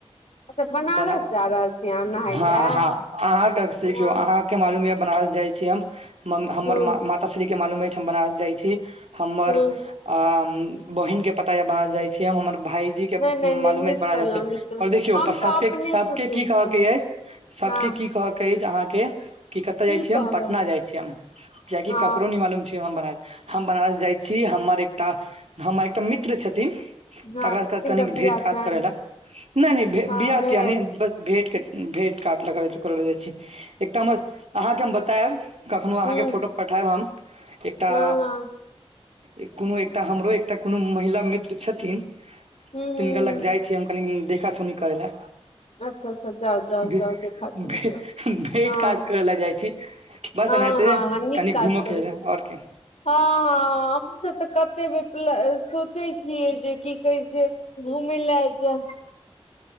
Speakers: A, on the left (about 85°); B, on the right (about 80°).
A: अच्छा बनारस
B: ब-
A: जा रहल छी अहाँ नहाय
B: हँ
A: लए
B: हँ, अहाँके सीखियौ,
A: हँ
B: अहाँ के मालूम यए बनारस जाइ छी हम। म हमर
A: हूँ
B: माता श्रीके मालूम अछि हम बनारस जाइ छियै। हमर
A: हूँ
B: आ उम्म बहिनके पता यए बनारस जाइ फेर हमर भाायजीके
A: नहि नहि नहि
B: मालूम
A: नीक
B: कि कि बनारस
A: केलहुँ
B: जाइ छियै,
A: नीक केलहुँ
B: पर देखियौ,
A: हम
B: पर
A: तऽ
B: सभके
A: अपने
B: सभ
A: सोचै
B: के की कहयके
A: छियै
B: अछि? सभकेँ
A: हँ
B: की कहयके अछि अहाँकेँ, कि कतय जाइ
A: की
B: छियै
A: कहबै
B: हम? पटना जाइ छियै हम। किएकि
A: ओ
B: ककरहु नहि मालूम छै हम बनारस, हम बनारस जाइ छी हमर एकटा हमर एकटा मित्र छथिन
A: हँ
B: तकरासँ
A: तिनकर
B: कनि कनिक
A: बियाह
B: भेट घाँट
A: छनि
B: करय लए। नहि नहि, भे
A: आ
B: बियाह
A: भेल
B: तियाह नहि, बस भेंट केक भेंट घाँट लगल करय लए जाइत छी। एकटा हमर, अहाँके हम बतायब कखनो अहाँकेँ
A: हूँ
B: फोटो पठायब हम, एकटा
A: हँ हँ
B: ए कोनो एकटा हमरो एकटा कोनो महिला मित्र छथिन
A: हूँ
B: तिनका
A: हूँ
B: लग जाइ छियै हम कनि देखा-सुनी करय लए।
A: अच्छा अच्छा, जाउ जाउ
B: भे,
A: जाउ, देखा-सुनी
B: भे,
A: करू।
B: भेट
A: हँ।
B: घाट करै लए जाइ छी बस
A: हँ
B: एनाहिते
A: हँ हँ, नीक
B: कनि घूमय
A: काज करैत
B: फिरै लए
A: छी।
B: आओर की
A: हँ हँ, हमहूँ सभ तऽ कतेक बेर प्ला सोचोत छियै जे की कहैत छै घूमय लए जाउ।